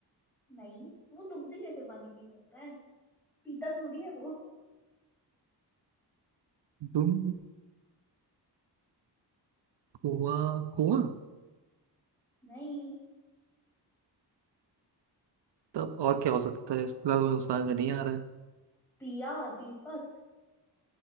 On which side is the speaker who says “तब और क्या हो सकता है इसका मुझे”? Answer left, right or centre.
Right